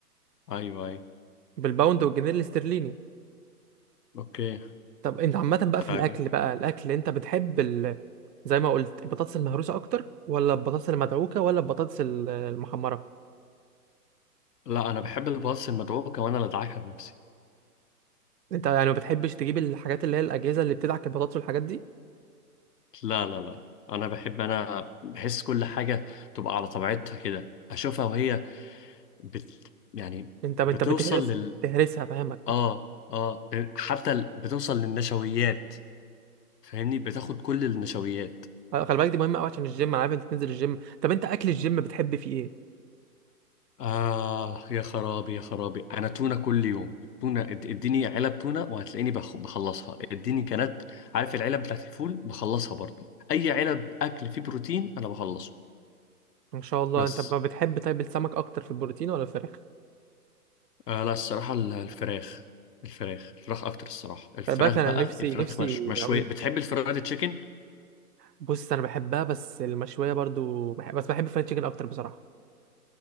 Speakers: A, on the left (about 85°); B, on the right (about 90°).
A: ايوه ايوه
B: بالباوند والجنيه الاسترليني
A: اوكي
B: طب انت عامة بقى في
A: حاجه
B: الأكل بقى الأكل أنت بتحب ال... زي ما قلت البطاطس المهروسة أكتر ولا البطاطس المدعوكة ولا البطاطس ال- المحمرة
A: لا انا بحب الباص المدعوكه وانا اللي ادعكها بنفسي
B: أنت يعني ما بتحبش تجيب الحاجات اللي هي الأجهزة اللي بتدعك البطاطس والحاجات دي
A: لا لا لا انا بحب انا بحس كل حاجه تبقى على طبيعتها كده اشوفها وهي بت... يعني
B: أنت أنت
A: بتوصل
B: بتهرس
A: لل
B: بتهرسها فاهمك
A: اه اه حتى ال- بتوصل للنشويات فاهمني بتاخد كل النشويات
B: آه، خلي بالك دي مهمة أوي عشان الجيم أنا عارف أنت بتنزل الجيم طب أنت أكل الجيم بتحب فيه إيه؟
A: آه يا خرابي يا خرابي أنا تونة كل يوم تونة إد- اديني علب تونة وهتلاقيني بخ- بخلصها اديني كانت عارف العلب بتاعت الفول بخلصها برضه أي علب أكل فيه بروتين أنا بخلصه
B: ما شاء الله
A: بس
B: أنت ما بتحب طيب السمك أكتر في البروتين ولا الفراخ؟
A: آه لا الصراحة ال- الفراخ الفراخ الفراخ أكتر الصراحة الفراخ
B: خلي بالك انا
A: بقى
B: نفسي
A: الفراخ
B: نفسي
A: مش مشوية
B: اقول لك
A: بتحب الفرايد تشيكن
B: بص انا بحبها بس المشويه برضو بحب بس بحب الفرايد تشيكن اكتر بصراحه